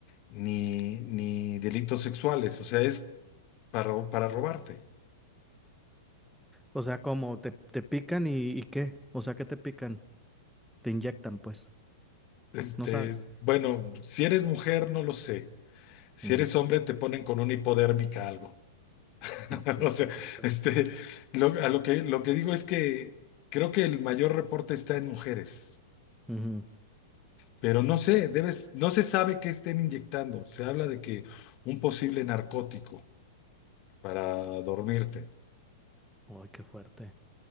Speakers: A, on the left; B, in the centre.
A: ni, ni delitos sexuales, o sea, es para, ro- para robarte.
B: O sea, como te, te pican y, y qué? O sea, ¿qué te pican? Te inyectan, pues.
A: Este,
B: No sabes.
A: bueno, si eres mujer, no lo sé. Si
B: Ujú.
A: eres hombre, te ponen con una hipodérmica algo. <laughs>
B: Ok,
A: O sea,
B: ok.
A: este, lo, a lo que, lo que digo es que creo que el mayor reporte está en mujeres.
B: Ujú.
A: Pero no sé, debes, no se sabe qué estén inyectando. Se habla de que un posible narcótico para dormirte,
B: Ay, qué fuerte.